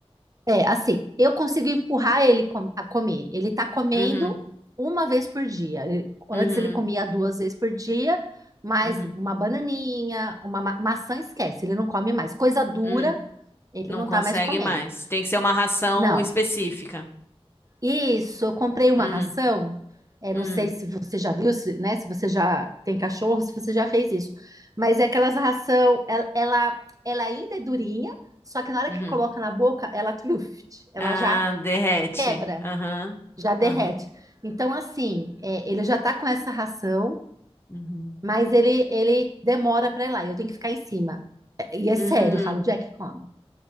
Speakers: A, on the right; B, on the left.
A: É, assim, eu consigo empurrar ele com- a comer. Ele tá comendo
B: Uhum,
A: uma vez por dia. Ele- antes
B: uhum,
A: ele comia duas vezes por dia, mas
B: uhum,
A: uma bananinha, uma ma- maçã, esquece, ele não come mais. Coisa dura,
B: uhum.
A: ele
B: Não
A: não
B: consegue
A: tá mais comendo.
B: mais. Tem que ser uma ração
A: Não.
B: específica.
A: Isso, eu comprei uma
B: Uhum.
A: ração. é, não
B: Hum,
A: sei se você já viu, se, né? Se você já tem cachorro, se você já fez isso. Mas é aquelas ração, ela, ela, ela ainda é durinha, só que na hora
B: uhum.
A: que coloca na boca, ela truft, ela
B: Ah,
A: já
B: derrete.
A: quebra.
B: Aham.
A: já derrete.
B: Aham.
A: Então, assim, é, ele já tá com essa ração,
B: Uhum.
A: mas ele, ele demora pra ir lá, e eu tenho que ficar em cima. É, E é
B: Uhum.
A: sério, eu falo, Jack, come.